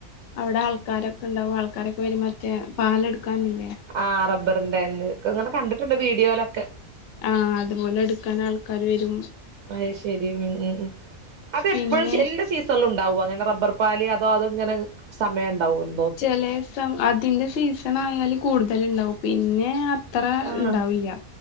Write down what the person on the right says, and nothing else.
ആഹാ റബറിന്റെ ഒക്കെ ഇങ്ങനെ കണ്ടിട്ടുണ്ട് വീഡിയോലൊക്കെ.
അത്ശരി ഉും ഉം ഉം സെ അതെപ്പോഴും
എല്ലാ സീ തൊലുണ്ടാവോ അങ്ങന റബറ് പാൽ അതോ അത് ഇങ്ങനെ സമയം ഉണ്ടാവുല്ലോ.
ആഹ്